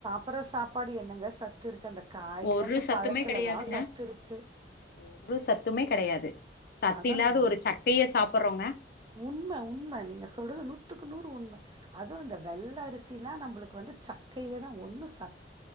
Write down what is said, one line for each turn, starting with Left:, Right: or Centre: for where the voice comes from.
Right: பட்ற சாப்பாடு என்னங்க சத்து இருக்கு அந்த காயில
Left: ஒரு
Right: அந்த
Left: சத்துமே
Right: பழத்துலதா
Left: கெடையாதுங்க
Right: சத்து இருக்கு
Left: ஒரு சத்துமே கெடையாது சத்து
Right: அதா
Left: இல்லாத
Right: அந்த
Left: ஒரு சக்கைய சாப்புட்றோங்க
Right: உண்ம உண்ம நீங்க சொல்றது நூத்துக்கு நூறு உண்ம அதுவு இந்த வெள்ள அரிசில்லா நம்பளுக்கு வந்து சக்கையேதா ஒன்னு சத்